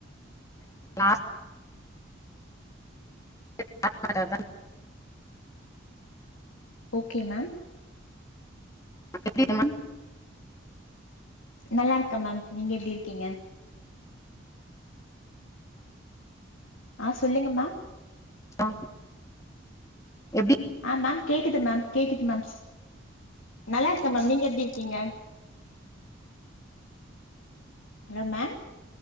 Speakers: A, on the left; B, on the left.
A: <inaudible> <inaudible>
B: ஓகே மேம்
A: எப்டி <unintelligible>
B: நல்லார்க்க மேம் நீங்க எப்டி இருக்கீங்க ஆ சொல்லுங்க மேம்
A: ஆ எப்டி
B: ஆ மேம் கேக்குது மேம் கேக்குது மேம் ஸ் நல்லார்க்க மேம் நீங்க எப்டி இருக்கீங்க ஹலோ மேம்